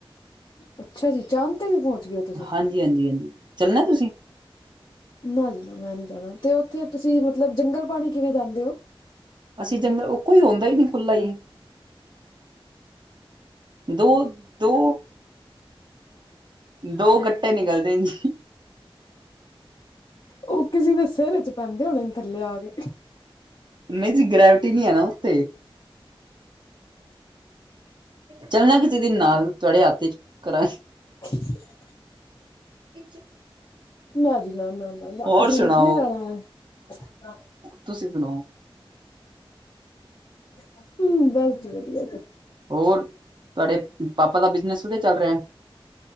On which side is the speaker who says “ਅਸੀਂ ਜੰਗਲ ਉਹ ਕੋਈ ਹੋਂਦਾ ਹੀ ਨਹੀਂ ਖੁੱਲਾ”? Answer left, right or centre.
Right